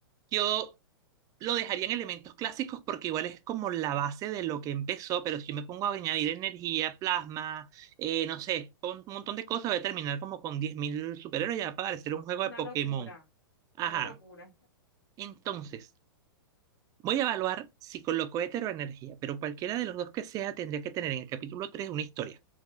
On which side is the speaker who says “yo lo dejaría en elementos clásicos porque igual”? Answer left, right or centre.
Right